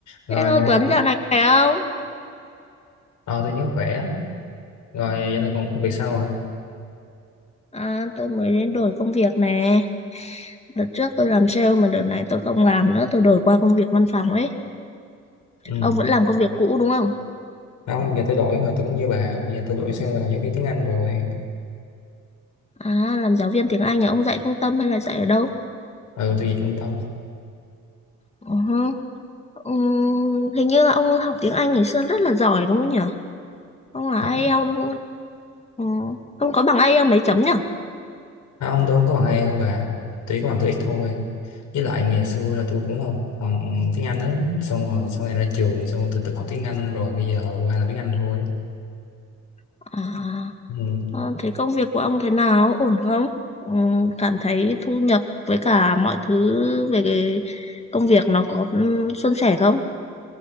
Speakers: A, on the left; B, on the left.
A: rồi
B: Hello Tuấn, dạo này khỏe không?
A: ờ, tôi vẫn khỏe rồi giờ này còn công việc sao rồi
B: À, tôi mới đến đổi công việc nè. Đợt trước tôi làm sale mà đợt này tôi không làm nữa, tôi đổi qua công việc văn phòng ấy.
A: ừ
B: Ông vẫn làm công việc cũ đúng không?
A: không giờ tôi đổi rồi tôi cũng như bà bây giờ tôi đổi sang là giáo viên tiếng Anh rồi
B: À, làm giáo viên tiếng Anh à? Ông dạy trung tâm hay là dạy ở đâu?
A: ừ tôi về trung tâm
B: Ờ hơ. Ừm, hình như là ông học tiếng Anh ngày xưa rất là giỏi đúng không nhỉ? Ông là
A: à,
B: IELTS đúng không? Ừ. Ông có bằng IELTS mấy chấm nhỉ?
A: không tôi không có bằng ai đâu bà tôi chỉ có bằng TOEIC thôi với lại ngày xưa là tôi cũng không học bằng tiếng Anh đó xong rồi sau này ra trường xong rồi tôi tự học tiếng Anh rồi bây giờ qua là tiếng Anh thôi
B: À.
A: ừ.
B: Ờ, thế công việc của ông thế nào? Ổn không? Ừ, cảm thấy thu nhập với cả mọi thứ về cái công việc nó có ừ, suôn sẻ không?